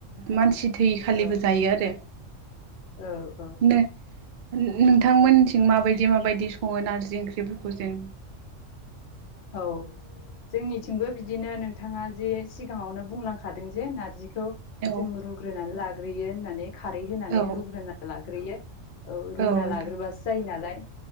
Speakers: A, on the right; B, on the left.
A: मानसि थैय
B: औ
A: खालिबो जायो आरो
B: औ औ
A: नो नोंथांमोनथिं माबायदि माबायदि सङो नारजि ओंख्रिफोरखौ जे
B: औ। जोंनिथिंबो बिदिनो नोंथाङा जे सिगाङावनो बुंलांखादों जे नारजि खौ
A: औ
B: जों रुग्रोनानै लाग्रोयो होननानै। खारै होनानै
A: औ
B: रुग्रोना लाग्रोयो औ रुुना
A: औ नोंथां
B: लाग्रोबासो जायो नालाय।